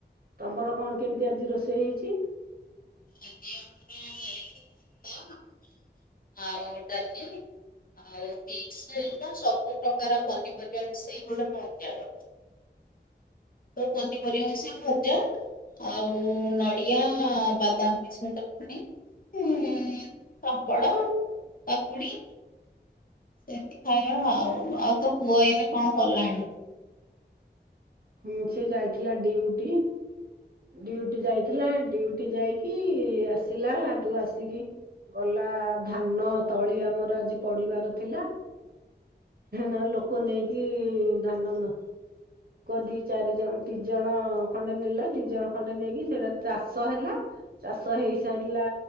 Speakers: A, on the right (about 55°); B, on the left (about 50°).
A: ତମର କଣ କେମିତି ଆଜି ରୋଷେଇ ହେଇଛି?
B: ଆଜି ଆମର କରିଚି ଭାତ ଆଉ ଡାଲି ଆଉ ବିମ୍ସ ହେରିକା ସବୁ ପ୍ରକାର ପନିପରିବା ମିଶେଇକି ଗୋଟେ ଭଜାର। ସବୁ ପନିପରିବା ମିଶେଇ ଭଜା ଆଉ ନଡ଼ିଆ, ବାଦାମ ମିଶା ଚଟଣି ହୁଁ ପାମ୍ପଡ, କାକୁଡି ଏମିତି ଖାଇବା ଆଉ, ଆଉ ତୋ ପୁଅ ଏଇନା କଣ କଲାଣି?
A: ହୁଁ, ସେ ଯାଇଥିଲା ଡିଉଟି। ଡିଉଟି ଯାଇଥିଲା, ଡ୍ୟୁଟି ଯାଇକି ଆସିଲା ହେଠୁ ଆସି କି ଗଲା ଧାନ ତଳି ଆମର ଆଜି ପଡିବାର ଥିଲା। ନା ଲୋକ ନେଇକି ଧାନ ନ ଦି, ଚାରି ଜଣ ଦି ଜଣ ଖଣ୍ଡେ ନେଲା ଦି ଜଣ ଖଣ୍ଡେ ନେଇକି ସେଇଟା ଚାଷ ହେଲା। ଚାଷ ହେଇସାରିଲା